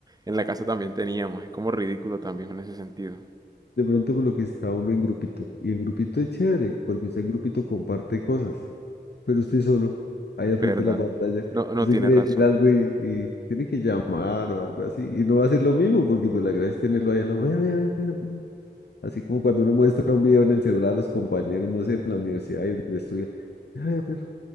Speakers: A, on the right; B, on the left.
A: en la casa también teníamos. Es como ridículo también en ese sentido.
B: De pronto por lo que está uno en grupito. Y en grupito es chévere, porque usted en grupito comparte cosas. Pero usted solo, ahí al
A: ¿Verdad?
B: frente de la pantalla,
A: No, no
B: usted
A: tiene
B: quiere
A: razón.
B: decir algo y, y tiene que llamar o algo así. Y no va a ser lo mismo, porque pues la gracia es tenerlo ahí a la vea, vea, vea, vea". Así como cuando uno muestra un video en el celular a los compañeros, no sé, en la universidad ahí donde estudia. "Ay, pero